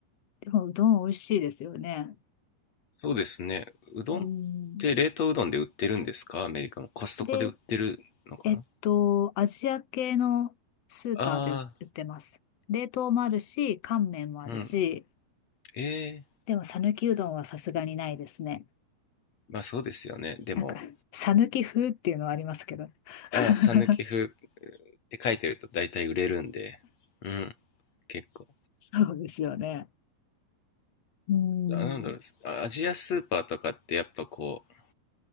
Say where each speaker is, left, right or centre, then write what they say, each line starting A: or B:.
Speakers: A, on the left; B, on the left.
A: でもうどん美味しいですよね。
B: そうですねうどんっ
A: うん。
B: て冷凍うどんで売ってるんですかアメリカもコストコで売ってるのかな
A: で、えっと、アジア系のスーパーで売ってます。
B: あ
A: 冷凍もあるし、乾麺もあるし、
B: あーうんええー
A: でも讃岐うどんはさすがにないですね。
B: まあそうですよねでも
A: なんか、讃岐風っていうのはありますけど。<laughs>
B: ああ讃岐風って書いてると大体売れるんでうん結構
A: そうですよね。うん。
B: あなんだろうあアジアスーパーとかってやっぱこう